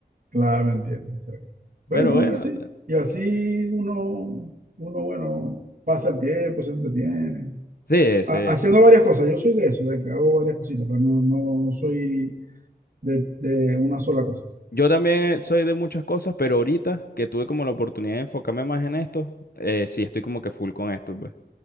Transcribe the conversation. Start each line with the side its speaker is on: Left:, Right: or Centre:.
Right: Claro, entiendo. está bien. Bueno,
Left: Pero bueno,
Right: así. Y así uno, uno, bueno, pasa el tiempo, se entretiene.
Left: sí, sí.
Right: Ha- Haciendo varias cosas. Yo soy de eso, de que hago varias cositas, pero no, no, no soy de, de una sola cosa,
Left: Yo también eh, soy de muchas cosas, pero ahorita que tuve como la oportunidad de enfocarme más en esto, eh, sí estoy como que full con esto, pues.